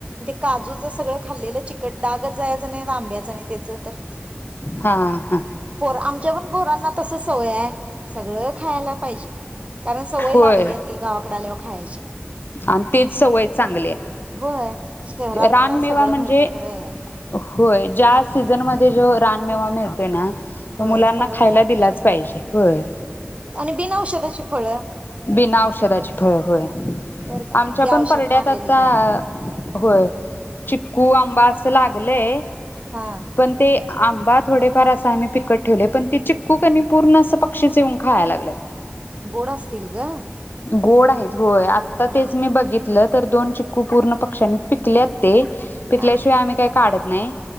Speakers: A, on the right; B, on the left.
A: काजूच सगळं खाल्लेलं चिकट डागच जायचं नाही आंब्याचं आणि त्याच तर.
B: हा हा
A: आमच्या पण पोरांना - तसं सवय हा सगळं खायला पाहिजे. कारण सवय
B: होय
A: लागलीया ती गावाकड आल्यावर. खायचे.
B: आणि तीच सवय चांगलीए.
A: होय शहरातनी
B: रानमेवा
A: काय सगळं
B: म्हणजे?
A: मिळतंय खरं
B: होय -ज्या सीझनमध्ये जो- रानमेवा मिळतोय ना? तो
A: होय
B: मुलांना
A: सगळंच
B: खायला
A: खाया
B: दिलाच
A: पाहिजे
B: होय
A: आणि बिना औषधाची फळं.
B: बिना औषधाची फळ, होय
A: तर काय
B: आमच्या
A: ही
B: पण
A: औषधं
B: परड्यात
A: मारलेली
B: आत्ता
A: काय
B: आ हो चिक्कु आंबअस ला- लागलय.
A: हा
B: पण ते- आंबा थोडेफार असं आम्ही पिकत ठेवलय, पण ते चिक्कु कनी पूर्ण अस पक्षीच येऊन खायाय लागल्यात
A: गोड असतील ग.
B: गोड हाइत. होय, आत्ता
A: हा
B: तेच मी बघितलं- तर दोन चिक्कु पूर्ण पक्ष्यांनी, पिकल्यात ते. पिकल्याशिवाय
A: हा
B: आम्ही काय काढत- नाइ?